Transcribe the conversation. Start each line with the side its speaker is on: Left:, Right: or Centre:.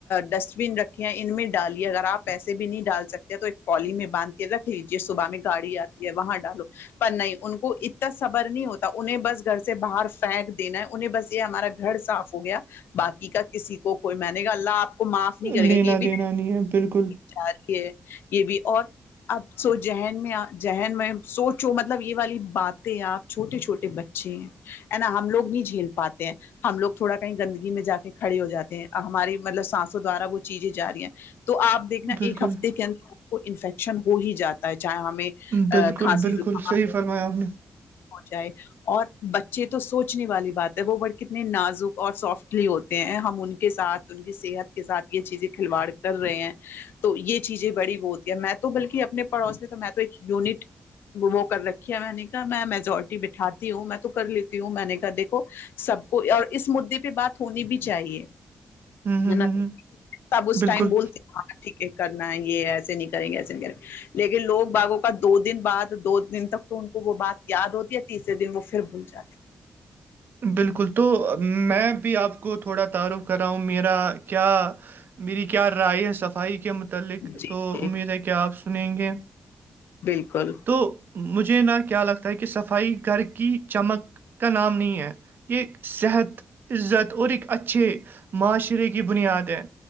Left: ڈسٹ بین رکھے ہیں ان میں ڈالیے اگر آپ اییسے بھی نہیں ڈال سکتے تو ایک پالی میں باندھ رکھ لیجے صبح میں گاڑی آتی ہے وہاں ڈالو پر نہیں ان کو اتنا صبر نہیں ہوتا انہیں بس گھر سے باہر پھینک دینا ہے انہیں بس یہ ہمارا گھر صاف ہو گیا باقی کا کسی کو کوئی م نے گا اللہ آپ کو معاف نہیں کرے
Right: لینا
Left: گا یہ بھی
Right: دینا نہیں ہے بالکل
Left: جا رہی ہے یہ بھی اور اب سو ذہن میں ذہن میں سوچو مطلب یہ والی باتیں آپ چھوٹے چھوٹے بچے ہیں نا ہم لو نہیں جھیل پاتے ہیں ہم لوگ تھوڑا کہیں گندگی میں جا کے کھڑے ہو جاتے ہیں ہماری مطلب سانسوں دوارا وہ چیزیں ج رہی ہیں تو آپ دیکھنا
Right: بالکل
Left: ایک ہفتے کے اندر ہم کو انفیکشن ہو ہی جاتا ہے چاہے ہمیں ا
Right: بالکل
Left: کھانسی
Right: بالکل
Left: جکام
Right: صحیح فرمایا آپ نے
Left: جائے اور بچے تو سوچنے والی بات ہے وہ بورڈ کتنے نازک اور سافٹ ہوتے ہیں ہم ان کے ساتھ ان کی صحت کے ساتھ یہ چیزیں کھلواڑ کر رہے ہیں تو یہ چیزیں بڑی وہ ہوتی ہے میں تو بلکہ اپنے پڑوس میں تو میں تو ایک یونٹ وہ کر رھی ہے میں نے کہا میں میجورٹی بٹھاتی ہوں میں تو کر لیتی ہوں میں نے کہا دیکھو سب کو اور اس مدے پہ بات ہونی بھی چاہیے
Right: ہوں ہوں
Left: نا
Right: ہوں ہوں
Left: سب اس
Right: بالکل
Left: ٹائم بولتے ہاں ٹھیک ہے کرنائیں گے ایسے نہیں کریں گے ایسے نہیں کریں گے لیکن لوگ باغوں کا دو دن بعد دو دن تک تو ان کو وہ بات یاد ہوتی ہے تیسرے دن وہ پھر بھول جاتی ہے
Right: بالکل تو میں بھی آپ کو تھوڑا تعارف کر رہا ہوں میرا کیا میری کیا رائے ہے صفائی کے متعلق
Left: جی
Right: تو
Left: جی
Right: امید ہے کیا آپ سنیں گے
Left: بالکل
Right: تو مجھے نہ کیا لگتا ہے کہ صفائی گھر کی چمک کا نام نہیں ہے یہ صحت عزت اور ایک اچھے معاشرے کی بنیاد ہے